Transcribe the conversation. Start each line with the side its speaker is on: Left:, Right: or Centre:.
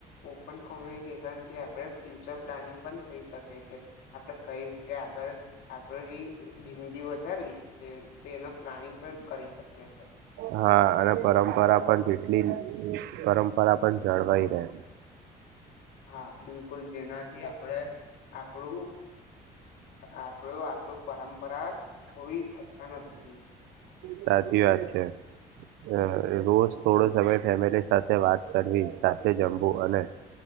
Left: ઓપન કોમ્યુનિકેશન થી આપણે ફ્યુચર પ્લાનિંગ પણ થઈ શકે છે આપડે કઈ રી આગળ આપણે જિંદગી વધારવી તેનો પ્લાનિંગ પણ કરી શકીએ અચ્છા
Right: હા અને પરંપરા પણ જેટલી પરંપરા પણ જાળવાઈ રહે
Left: હા બિલકુલ જેનાથી આપણેે આપણું આપડું આપણું પરંપરા ખોવી શકતા નથી
Right: સાચી વાત છે. અ રોજ થોડો સમય ફેમિલી સાથે વાત કરવી સાથે જમવું અને